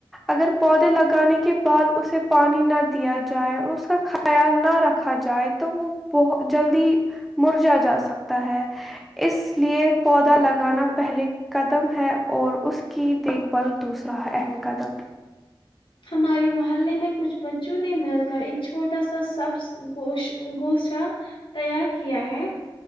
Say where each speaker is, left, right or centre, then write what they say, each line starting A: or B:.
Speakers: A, in the centre; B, on the left.
A: اگر پودے لگانے کے بعد اسے پانی نہ دیا جائے اور اس کا خیال نہ رکھا جائے تو وہ بہت جلدی مرجا جا سکتا ہے اس لیے پودا لگانا پہلے قدم ہے اور اس کی دیکھ بھال دوسرا اہم قدم
B: ہمارے محلے میں کچھ بچوں نے مل کر ایک چھوٹا سا سب گوش گوشا تیار کیا ہے